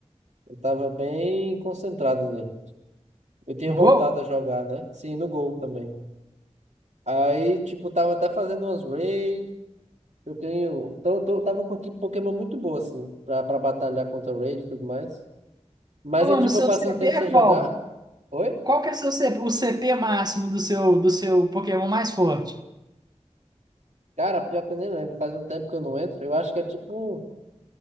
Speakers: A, on the right; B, on the right.
A: eu tava bem concentrado nele. Eu tinha
B: No
A: voltado
B: gol?
A: a jogar, né? Sim, no Gol também. Aí, tipo, tava até fazendo umas raids, Eu tenho. Então, eu tô- eu tava com aqui Pokémon muito boa, assim, pra, pra batalhar contra o raid e tudo mais. Mas
B: Ô, mano,
A: é tipo,
B: o seu
A: eu passei
B: CP
A: um tempo
B: é
A: sem jogar.
B: qual?
A: Oi?
B: Qual que é o seu CP, o CP máximo do seu, do seu Pokémon mais forte?
A: Cara, pior que eu nem lembro. Faz um tempo que eu não entro. Eu acho que é tipo.